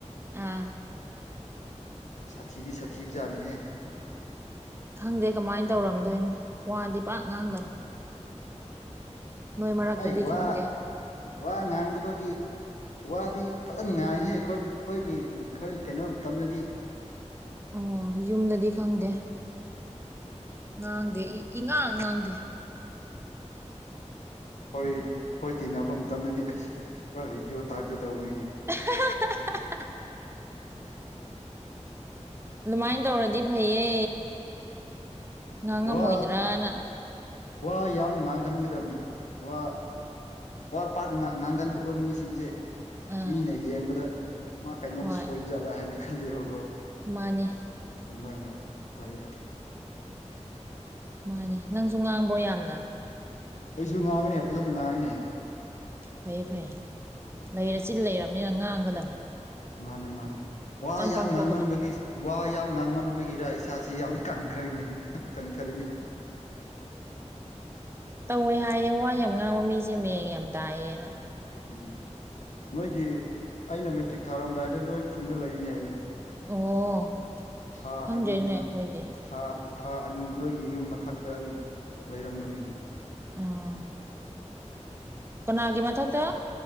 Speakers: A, on the right; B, on the left.
A: ꯑ
B: ꯁꯥꯊꯤꯗꯤ ꯁꯥꯊꯤꯕ ꯖꯥꯅꯤꯍꯦ
A: ꯈꯪꯗꯦ ꯀꯃꯥꯏꯅ ꯇꯧꯔꯝꯗꯣꯏꯅꯣ ꯋꯥꯗꯤ ꯄꯥꯛ ꯉꯥꯡꯗꯅ ꯃꯔꯛꯇꯗꯤ
B: ꯑꯩ ꯋꯥ
A: ꯈꯪꯗꯦ
B: ꯋꯥ ꯉꯥꯡꯗꯕꯒꯤ ꯋꯥꯗꯤ ꯐꯖꯅ ꯉꯥꯡꯍꯦ ꯑꯩꯈꯣꯏ ꯑꯩꯈꯣꯏꯒꯤ ꯈꯔ ꯀꯩꯅꯣ ꯃꯇꯝꯗꯗꯤ
A: ꯑꯣ ꯌꯨꯝꯗꯗꯤ ꯈꯪꯗꯦ ꯉꯥꯡꯗꯦ ꯏ ꯏꯉꯥꯡ ꯉꯥꯡꯗꯦ
B: ꯑꯈꫭꯏ ꯑꯈꫭꯏ ꯇꯤꯟꯅꯕ ꯃꯇꯝꯗꯗꯤ ꯑꯩꯁ ꯄꯨꯔꯥ ꯔꯦꯗꯤꯑꯣ ꯇꯥꯏꯞꯇ ꯇꯧꯕꯅꯤꯅꯦ
A: <unintelligible> ꯑꯗꯨꯃꯥꯏ ꯇꯧꯔꯗꯤ ꯐꯩꯌꯦ ꯉꯥꯡꯉꯝꯃꯣꯏꯗ꯭ꯔꯅ
B: ꯋꯥ ꯋꯥ ꯌꯥꯝ ꯉꯥꯡꯒꯟꯒꯗꯕꯅꯦ ꯋꯥ ꯋꯥ ꯄꯥꯛ ꯉꯥꯡꯒꯟꯗꯕ ꯃꯤꯁꯤꯡꯁꯦ
A: ꯑꯥ
B: ꯃꯤꯅ ꯌꯦꯡꯕꯗ ꯃꯥ ꯀꯩꯅꯣꯝ
A: ꯍꯣꯏ
B: ꯁꯣꯏꯕ ꯖꯥꯠꯂꯥ ꯍꯥꯏꯅ ꯈꯜꯂꯦꯕꯀꯣ
A: ꯃꯥꯅꯤ
B: ꯑꯗꯨꯃꯥꯏꯅ ꯑꯣꯏꯌꯦꯕ
A: ꯃꯥꯅꯦ ꯅꯪꯁꯨ ꯉꯥꯡꯕ꯭ꯔꯣ ꯌꯥꯝꯅ
B: ꯉꯥꯡꯉꯦ ꯐꯖꯅ ꯉꯥꯡꯉꯤꯅꯦ
A: ꯐꯩ ꯐꯩ ꯂꯩꯔ ꯆꯤꯜ ꯂꯩꯔꯕꯅꯤꯅ ꯉꯥꯡꯒꯗꯝꯅꯦ
B: ꯃꯥꯅꯦ ꯃꯥꯅꯦ ꯋꯥ ꯌꯥꯝ
A: ꯄꯥꯡꯊꯣꯛꯀꯗꯕꯅꯤ
B: ꯉꯥꯡꯃꯟꯕꯒꯤ ꯋꯥ ꯌꯥꯝ ꯉꯥꯡꯃꯟꯕꯒꯤꯔ ꯏꯁꯥꯁꯤ ꯌꯥꯝ ꯀꯪꯈ꯭ꯔꯦꯅꯦ ꯀꯪꯊꯔꯦꯅꯦ
A: ꯇꯧꯋꯦ ꯍꯥꯏꯌꯦ ꯋꯥ ꯌꯥꯝ ꯉꯥꯡꯕ ꯃꯤꯁꯦ ꯃꯌꯦꯡ ꯌꯥꯝ ꯇꯥꯏꯌꯦꯅ
B: ꯎꯝ ꯅꯣꯏꯒꯤ ꯑꯩꯅ ꯃꯦꯇ꯭ꯔꯤꯛ ꯊꯥꯔꯝꯗꯥꯏꯗ ꯅꯣꯏ ꯈꯨꯟꯗ ꯂꯩꯅꯦ ꯑꯩ
A: ꯑꯣ
B: ꯊꯥ
A: ꯈꯪꯗ꯭ꯔꯦꯅꯦ
B: ꯑꯅꯤ
A: ꯑꯩꯈꯣꯏꯗꯤ
B: ꯊꯥ ꯊꯥ ꯑꯅꯤ ꯅꯣꯏꯒꯤ ꯌꯨꯝ ꯃꯊꯛꯇ ꯑꯩ ꯂꯩꯔꯝꯕꯅꯤꯅꯦ
A: ꯎꯝ ꯀꯅꯥꯒꯤ ꯃꯊꯛꯇ